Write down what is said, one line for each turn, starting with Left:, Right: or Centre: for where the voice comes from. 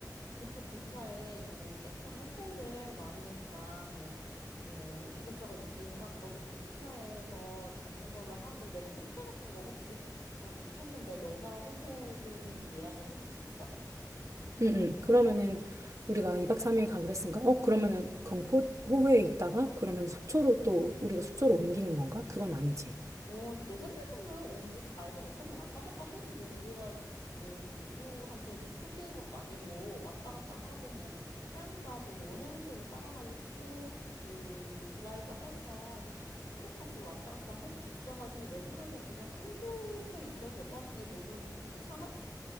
Left: 그쪽 근처에 뭐 깨끗한 호텔들 많으니까 뭐, 뭐 이것저것 있으니까 거기 근처에서 잡는 걸로 하고 내가 호텔 같은 거 혹시 잘 못 찾는데 너가 호텔은 예약을 해줄 수 있어?
Right: 응, 응. 그러면은 우리가 2박 3일 가고 그랬으니까 어 그러면은 경포 호회에 있다가 그러면 속초로 또 우리가 숙소로 옮기는 건가? 그건 아니지.
Left: 어, 내 생각에는 옮기지 말자. 어차피 왔다 갔다 해도 뭐 우리가 뭐 누구한테 뒤쫓기는 것도 아니고 왔다 갔다 하고 뭐 해안가도로 해안도로 따라가지고 쭉 그 드라이브 할 겸 속초까지 왔다 갔다 할 수 있어가지고 내 생각에 그냥 한 곳에 있어도 될 것 같은데 너는 괜찮아?